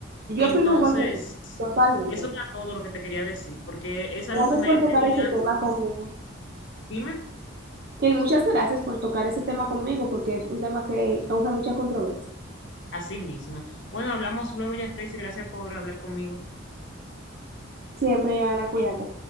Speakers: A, on the right (about 50°); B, on the left (about 65°).
A: yo
B: Entonces,
A: opino igual que tú, totalmente.
B: eso era todo lo que te quería decir, porque es algo
A: Gracias
B: que me
A: por
B: tenía,
A: tocar ese tema conmigo.
B: dime,
A: Que muchas gracias por tocar ese tema conmigo porque es un tema que causa mucha controversia.
B: a sí mismo. Bueno, hablamos luego, Jeffrey, y gracias por hablar conmigo.
A: Siempre, Joana, cuídate.